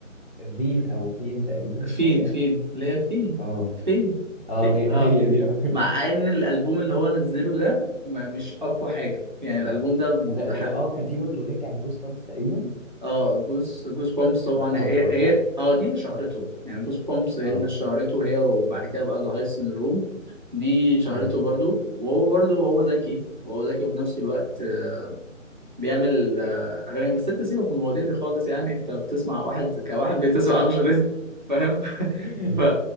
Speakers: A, on the left (about 50°); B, on the right (about 35°).
A: فين او فين تقريبا اللي
B: فين
A: هي
B: فين اللي هي فين
A: اه
B: فين
A: اه
B: فين
A: هي
B: اه
A: هي دي اه <laughs>
B: مع ان الالبوم اللي هو نزله ده ما مش اقوى حاجه يعني الالبوم ده
A: وجا-
B: بح-
A: جا- اه كان في برضه الاغنية بتاعت جوز بامبس تقريبا
B: اه جوز جوز بومبس طبعا
A: دي بتاعته
B: هي
A: برضه
B: هي
A: صح؟
B: اه دي اللي شهرته يعني جوز بومبس هي
A: اه
B: اللي شهرته هي وبعد كده بقى ذا هاي سيندروم دي شهرته
A: اه
B: برضو وهو برضو هو ذكي هو ذكي وفي نفس الوقت آه، بيعمل آه، اغاني بس انت سيبك من المواضيع دي خالص يعني انت بتسمع واحد كواحد بتسمع رشا رزق فاهم <laughs>
A: <laughs>
B: ف